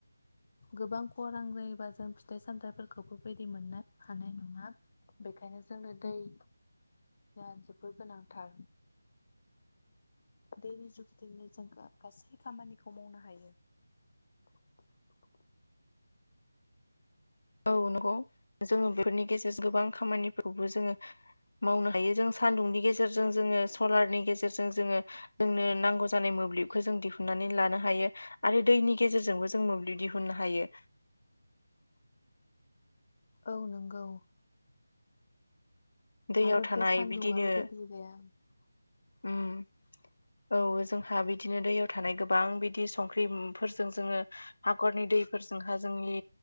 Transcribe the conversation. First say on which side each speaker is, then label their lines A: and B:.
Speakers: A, on the left; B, on the left.
A: गोबां खरां जायोबा जों फिथाइ सामथायाइफोरखौ बेबायदि मोननो हानाय नङा बेखायनो जोंनो दै जहा जोबोद गोनांथार दैनि जुगिदोंनो जों गासै खामानिखौ मावनो हायो <unintelligible>
B: औ नंगौ जोङो बेफोरनि गेजेरजों गोबां खामानिफोरखौबो जोङो मावनो हायो जों सान्दुंनि गेजेरजों जोङो सलारनि गेजेरजों जोङो जोंनो नांगौ जानाय मोन म्लिबखौ जों दिहुननानै लानो हायो आरो दैनि गेजेरजोंबो जों मोब्लिब दिहुननो हायो
A: <unintelligible> औ नंगौ
B: दैयाव
A: आरो
B: थानाय
A: बे सान्दुंङा
B: बिदिनो
A: बो बेबादि गैया <unintelligible>
B: उम औ जोंहा बिदिनो दैयाव थानाय गोबां बिदि संख्रिफोरजों जोङो हाखरनि दैफोरजोंहा जोंनि